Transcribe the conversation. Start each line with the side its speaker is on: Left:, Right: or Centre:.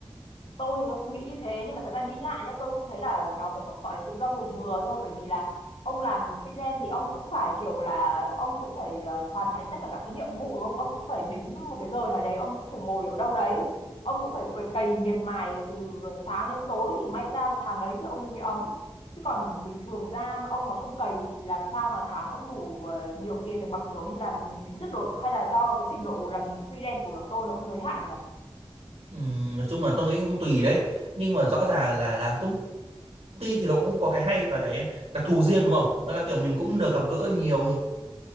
Left: tôi thì tôi cũng nghĩ như thế nhưng mà thật ra nghĩ lại nhá tôi cũng thấy là nó cũng gọi là tự do vừa vừa thôi bởi vì là ông làm freelance thì ông cũng phải kiểu là ông cũng phải ờ, hoàn thành tất cả các cái nhiệm vụ đúng không ông cũng phải đến một cái giờ nào đấy ông cũng phải ngồi ở đâu đấy ông cũng phải cày, cày miệt mài từ sáng đến tối thì may ra một tháng đấy thì ông mới ấm chứ còn bình thường ra mà ông mà không cày thì làm sao mà tháng ông đủ ờ, nhiều tiền được bằng kiểu đi làm chính thức được hay là do cái trình độ làm freelance của tôi nó cũng giới hạn nhỉ
Right: Ừm, nói chung là tôi nghĩ cũng tùy đấy nhưng mà rõ ràng là làm công ty thì nó cũng có cái hay và cái đặc thù riêng đúng không? Đó là kiểu mình cũng được gặp gỡ nhiều người